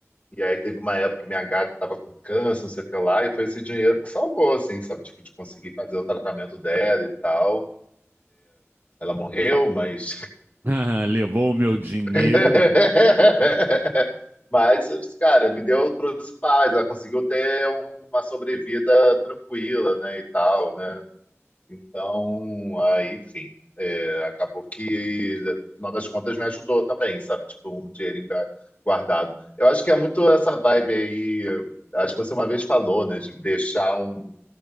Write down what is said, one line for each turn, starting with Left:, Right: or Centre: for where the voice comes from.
Left: e aí teve uma época que minha gata tava com câncer, não sei o que lá, e foi esse dinheiro que salvou, assim, sabe, tipo, de conseguir fazer o tratamento dela e tal. Ela morreu, mas
Right: <laughs> Levou o meu dinheiro.
Left: <laughs> Mas, cara, me deu, trouxe paz, ela conseguiu ter uma sobrevida tranquila, né, e tal, né? Então, aí, enfim, é, acabou que, no final das contas, me ajudou também, sabe? Tipo, um dinheirinho ga- guardado. Eu acho que é muito essa vibe aí, acho que você uma vez falou, né, de deixar um